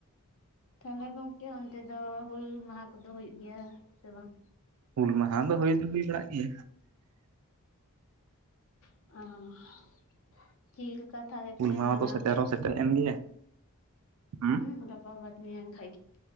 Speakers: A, on the left; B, on the right.
A: ᱛᱟᱦᱚᱞᱮ ᱜᱚᱝᱠᱮ ᱚᱱᱛᱮ ᱫᱚ ᱦᱩᱞ ᱢᱟᱦᱟ ᱠᱚᱫᱚ ᱦᱩᱭᱩᱜ ᱜᱮᱭᱟ ᱥᱮ ᱵᱟᱝ?
B: ᱦᱩᱞ ᱢᱟᱦᱟᱸ ᱫᱚ ᱦᱩᱭ ᱫᱚ ᱦᱩᱭ ᱵᱟᱲᱟᱜ ᱜᱮᱭᱟ᱾
A: ᱟ ᱦᱟᱸ ᱦᱟᱸ ᱦᱟᱸ ᱪᱤᱞ ᱠᱟᱛᱷᱟᱞᱮ
B: ᱦᱩᱞ
A: ᱯᱮ
B: ᱢᱟᱦᱟ
A: ᱢᱟᱱᱟᱣ
B: ᱫᱚ ᱥᱮᱴᱮᱨ
A: ᱛᱮ
B: ᱦᱚᱸ ᱥᱮᱴᱮᱨᱮᱱ ᱜᱮᱭᱟ ᱦᱩᱸ
A: ᱦᱮᱸ ᱜᱟᱯᱟ ᱵᱟᱫᱽ ᱢᱮᱭᱟᱝ ᱠᱷᱟᱡ ᱜᱮ!